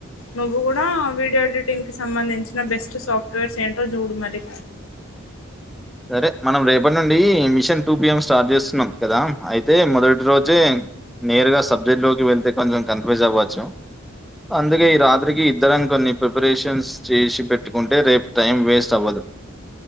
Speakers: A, on the left (about 70°); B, in the centre.
A: నువ్వు కూడా వీడియో ఎడిటింగ్ కి సంబంధించిన బెస్ట్ సాఫ్ట్వేర్స్ ఏంటో చూడు మరి
B: సరే మనం రేపటి నుండి మిషన్ టూ పిఎం స్టార్ట్ చేస్తున్నాం కదా అయితే మొదటి రోజే నేరు గా సబ్జెక్ట్ లోకి వెళ్తే కొంచెం కన్ఫ్యూజ్ అవ్వచ్చు అందుకే ఈ రాత్రికి ఇద్దరం కొన్ని ప్రిపరేషన్స్ చేసి పెట్టుకుంటే రేపు టైం వేస్ట్ అవ్వదు